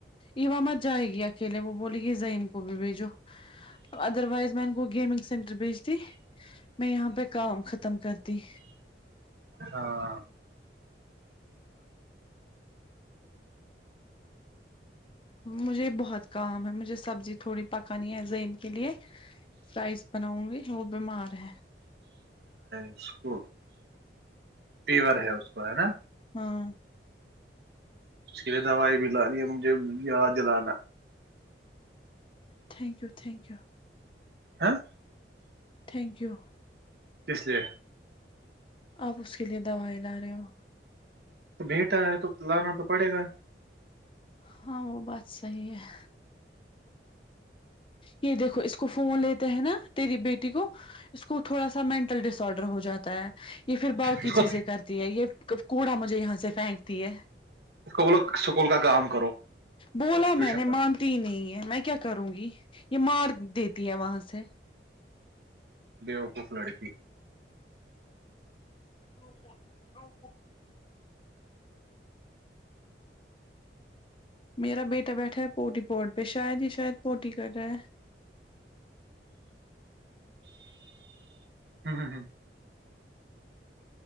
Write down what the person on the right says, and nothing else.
ہاں
اس کو فیور ہے اس کو ہے نا
اس کے لیے دوائی بھی ل دی ہے مجھے یہ جلانا
ہاں
کس لیے
تو بیٹا ہے تو لانا تو پڑے گا
اس کو
اسکول سکول کا کام کرو
ٹیوشن
کا
بوقوف لڑکی
ہ ہ ہ